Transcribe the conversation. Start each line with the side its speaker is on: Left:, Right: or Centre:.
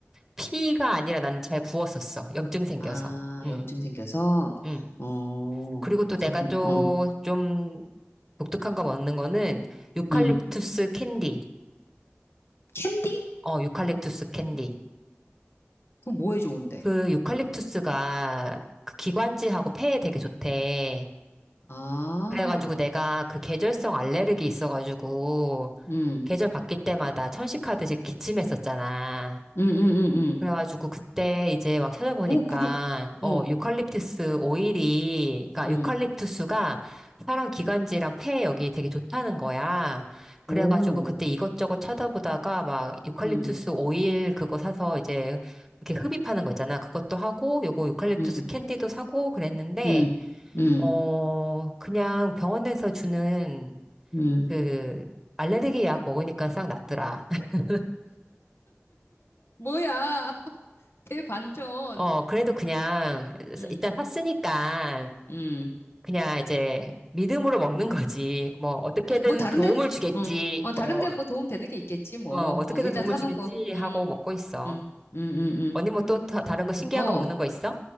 Centre: 피가 아니라 나는 잘 부었었어. 염증 생겨서.
Left: 아,
Centre: 음,
Left: 염증 생겨서?
Centre: 음.
Left: 어,
Centre: 그리고 또 내가
Left: 그렇군.
Centre: 또좀
Left: 어,
Centre: 독특한 거 먹는 거는 유칼립투스
Left: 음.
Centre: 캔디.
Left: 캔디?
Centre: 어, 유칼립투스 캔디.
Left: 그거 뭐에 좋은데?
Centre: 그 유칼립투스가 그 기관지하고 폐에 되게 좋대.
Left: 아,
Centre: 그래가지고 내가 그 계절성 알레르기 있어가지고
Left: 음,
Centre: 계절 바뀔 때마다 천식하듯이 기침했었잖아.
Left: 음, 음, 음, 음.
Centre: 그래가지고 그때 이제 막 찾아보니까
Left: 오, 그러, 오,
Centre: 어 유칼립투스 오일이 그러니까
Left: 음,
Centre: 유칼립투스가 사람 기관지랑 폐 여기 되게 좋다는 거야. 그래가지고
Left: 오,
Centre: 그때 이것저것 찾아보다가 막 유칼립투스
Left: 음,
Centre: 오일 그거 사서 이제 이렇게 흡입하는 거 있잖아. 그것도 하고 요거 유칼립투스
Left: 음,
Centre: 캔디도 사고 그랬는데
Left: 음, 음,
Centre: 어 그냥 병원에서 주는
Left: 음.
Centre: 그 알레르기 약 먹으니까 싹 낫더라. <laughs>
Left: 뭐야, <laughs> 대반전.
Centre: 어 그래도 그냥
Left: 음,
Centre: 일단 샀으니까
Left: 음.
Centre: 그냥 이제 믿음으로 먹는 거지. 뭐 어떻게든
Left: 뭐, 다른데,
Centre: 도움을 주겠지.
Left: 어, 어, 다른데
Centre: 어,
Left: 뭐 도움 되는 게 있겠지, 뭐.
Centre: 어, 어떻게든
Left: 어, 일단
Centre: 도움을
Left: 사놓은
Centre: 주겠지
Left: 거.
Centre: 하고
Left: 음,
Centre: 먹고 있어.
Left: 음, 음, 음, 음.
Centre: 언니 뭐 또 다른 거 신기한
Left: 어.
Centre: 거 먹는 거 있어?